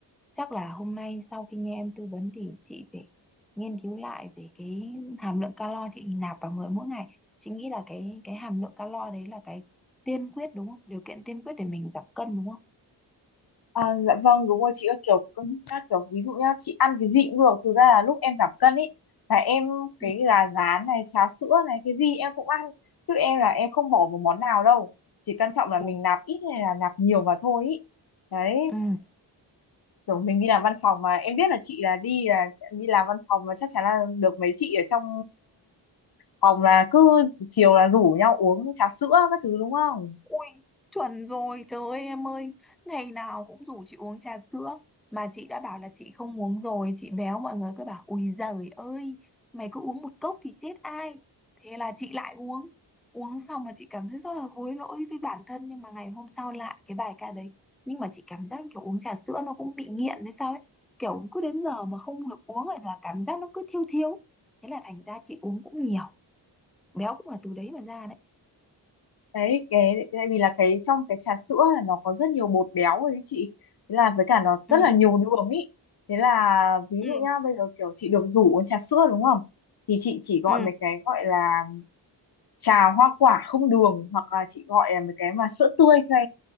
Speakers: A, in the centre; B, on the left (about 60°).
A: chắc là hôm nay sau khi nghe em tư vấn thì chị phải nghiên cứu lại về cái hàm lượng calo chị nạp vào người mỗi ngày chị nghĩ là cái cái hàm lượng calo đấy là cái tiên quyết đúng không? Điều kiện tiên quyết để mình giảm cân đúng không?
B: à, dạ vâng đúng rồi chị ơi kiểu cân nhắc kiểu ví dụ nhá chị ăn cái gì cũng được thực ra là lúc em giảm cân ấy là em cái
A: Ừ.
B: gà rán này cháo sữa này cái gì em cũng ăn chứ em là em không bỏ một món nào đâu chỉ quan trọng là mình
A: Ừ.
B: nạp ít hay là nạp nhiều mà thôi ý. đấy
A: Ừ.
B: kiểu mình đi làm văn phòng mà em biết là chị là đi là sẽ đi làm văn phòng mà chắc chắn là được mấy chị ở trong phòng là cứ chiều là rủ nhau uống trà sữa các thứ đúng không
A: Ui, chuẩn rồi, trời ơi em ơi, ngày nào cũng rủ chị uống trà sữa, mà chị đã bảo là chị không uống rồi, chị béo mọi người cứ bảo, ui giời ơi, mày cứ uống một cốc thì chết ai, thế là chị lại uống, uống xong là chị cảm thấy rất là hối lỗi với bản thân, nhưng mà ngày hôm sau lại cái bài ca đấy, nhưng mà chị cảm giác kiểu uống trà sữa nó cũng bị nghiện hay sao ấy, kiểu cứ đến giờ mà không được uống rồi là cảm giác nó cứ thiêu thiêu, thế là thành ra chị uống cũng nhiều, béo cũng là từ đấy mà ra đấy.
B: đấy cái tại vì là cái trong cái trà sữa là nó có rất nhiều bột béo ấy chị thế là với cả nó rất
A: Ừ,
B: là nhiều đường ý thế là ví
A: ừ,
B: dụ nhá bây giờ kiểu chị được rủ uống trà sữa đúng không thì chị chỉ gọi
A: ừ,
B: mấy cái gọi là trà hoa quả không đường hoặc là chị gọi là mấy cái mà sữa tươi thôi